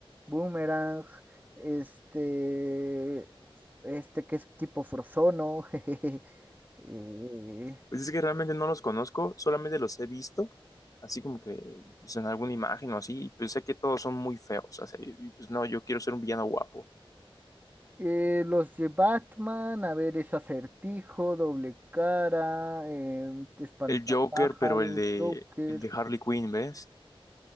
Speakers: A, on the right (about 20°); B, on the left (about 35°).
A: Boomerang, este, este que es tipo Frozono, <laughs> jejeje, eh,
B: pues es que realmente no los conozco, solamente los he visto, así como que pues en alguna imagen o así, y pues sé que todos son muy feos. O sea, y- y, pues no, yo quiero ser un villano guapo.
A: eh, los de Batman, a ver, es Acertijo, Doble Cara, em, Espantapájaros,
B: El Joker, pero el de,
A: Joker,
B: el de Harley Quinn, ¿ves?